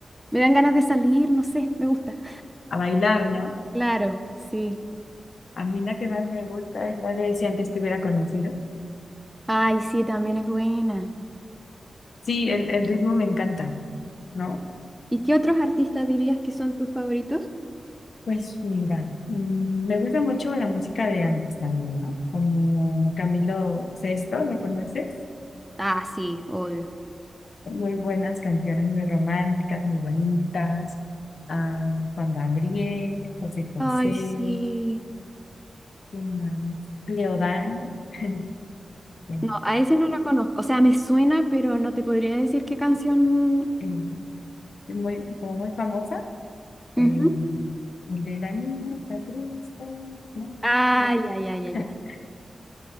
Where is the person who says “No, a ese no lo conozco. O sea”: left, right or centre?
Centre